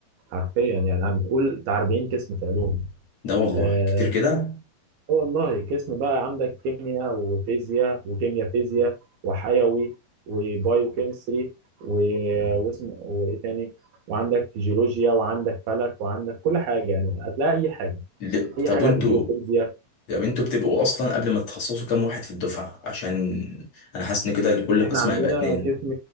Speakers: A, on the right; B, on the left.
A: حرفيا يعني عم قول بتاع 40 قسم في علوم
B: ده والله
A: آه
B: كتير كده
A: والله قسم بقى عندك كيمياء وفيزياء وكيمياء فيزياء وحيوي وبايوكيمستري و... واسم وايه تاني وعندك جيولوجيا وعندك فلك وعندك كل حاجه يعني هتلاقي اي حاجه
B: ل-
A: اي
B: طب
A: حاجه
B: وانتوا
A: هتجي وفيزياء
B: طب انتوا بتبقوا اصلا قبل ما تتخصصوا كام واحد في الدفعة عشان انا حاسس ان كده لكل
A: احنا
B: قسم
A: عندنا
B: هيبقى اتنين
A: قسم